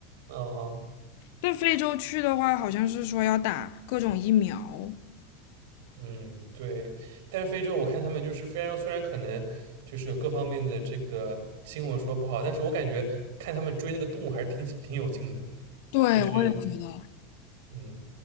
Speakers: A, on the right; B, on the left.
A: 嗯嗯
B: 对非洲去的话，好像是说要打各种疫苗。
A: 嗯，对。但是非洲我看他们就是非洲，虽然可能就是各方面的这个新闻说不好，但是我感觉看他们追那个动物还是挺挺有劲的，
B: 对，
A: 就是。
B: 我也觉得
A: 嗯。